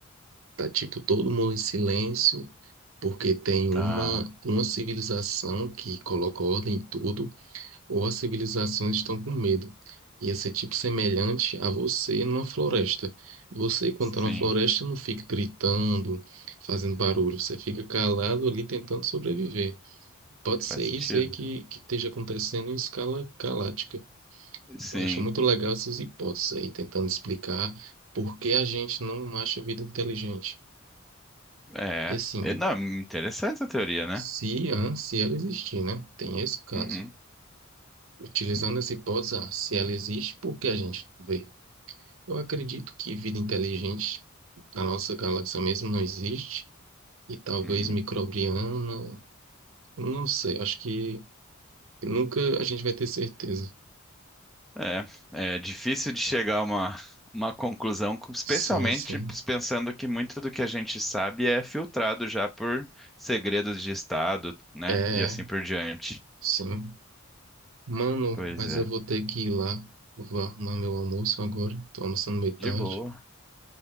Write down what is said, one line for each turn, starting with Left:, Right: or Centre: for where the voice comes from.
Right: Tá tipo todo mundo em silêncio, porque tem
Centre: tá.
Right: uma, uma civilização que coloca ordem em tudo. ou as civilizações estão com medo. Ia ser tipo semelhante a você numa floresta. Você, quando
Centre: Sim,
Right: tá na floresta, não fica gritando, fazendo barulho. Você fica calado ali tentando sobreviver. Pode ser
Centre: faz
Right: isso
Centre: sentido.
Right: aí que, que esteja acontecendo em escala galáctica.
Centre: Sim,
Right: Eu acho muito legal essas hipóteses aí, tentando explicar por que a gente não acha vida inteligente.
Centre: é.
Right: E assim,
Centre: E, Não, interessante a teoria, né?
Right: se, ah, se ela existir, né? Tem esse caso.
Centre: Uhum,
Right: Utilizando
Centre: sim.
Right: essa hipótese, ah, se ela existe, por que a gente não vê? Eu acredito que vida inteligente na nossa galáxia mesmo não existe, e talvez
Centre: Uhum.
Right: microbiana, não sei, acho que nunca a gente vai ter certeza.
Centre: É, é difícil de chegar a uma, uma conclusão, com- especialmente
Right: Sim, sim.
Centre: pensando que muito do que a gente sabe é filtrado já por segredos de Estado, né?
Right: É,
Centre: E assim por diante.
Right: sim. Mano,
Centre: Pois
Right: mas
Centre: é.
Right: eu vou ter que ir lá. Eu Vou arrumar meu almoço agora. Tô almoçando meio tarde.
Centre: De boa.